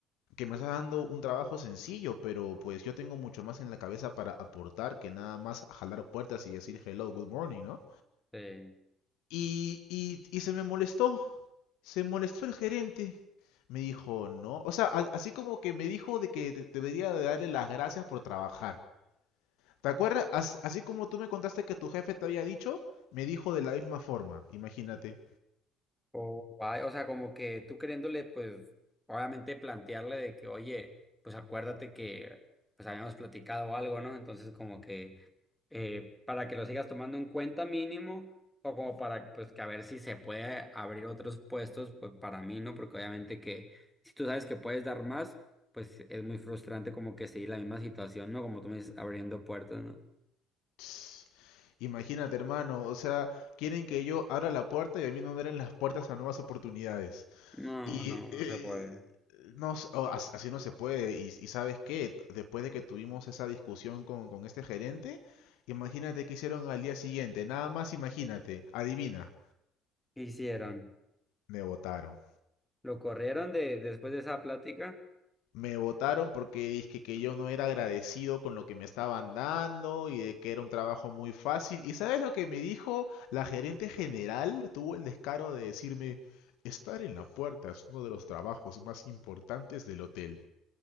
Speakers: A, on the left; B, in the centre.
A: que me estás dando un trabajo sencillo, pero pues yo tengo mucho más en la cabeza para aportar que nada más jalar puertas y decir hello, good morning, ¿no?
B: Sí.
A: Y, y, y, se me molestó, se molestó el gerente. Me dijo, no. O sea, a- así como que me dijo de que de- debería de darle las gracias por trabajar. ¿Te acuerdas? As- así como tú me contaste que tu jefe te había dicho, me dijo de la misma forma. Imagínate.
B: o guay, O sea, como que tú queriéndole, pues, obviamente plantearle de que, oye, pues acuérdate que, pues habíamos platicado algo, ¿no? Entonces, como que, eh, para que lo sigas tomando en cuenta mínimo, o como para, pues, que a ver si se puede abrir otros puestos, pues, para mí, ¿no? Porque obviamente que, si tú sabes que puedes dar más, pues, es muy frustrante como que seguir la misma situación, ¿no? Como tú me dices, abriendo puertas, ¿no?
A: <sniffs> Imagínate, hermano. O sea, quieren que yo abra la puerta y a mí no me abren las puertas a nuevas oportunidades.
B: No,
A: Y
B: no,
A: eh,
B: no se puede.
A: no, s- o as- así no se puede. Y, y ¿sabes qué? Después de que tuvimos esa discusión con, con este gerente, imagínate qué hicieron al día siguiente. Nada más imagínate, adivina,
B: ¿Qué hicieron?
A: me votaron.
B: ¿Lo corrieron de, después de esa plática?
A: Me votaron porque dije que yo no era agradecido con lo que me estaban dando y de que era un trabajo muy fácil. ¿Y sabes lo que me dijo la gerente general? Tuvo el descaro de decirme, estar en la puerta es uno de los trabajos más importantes del hotel.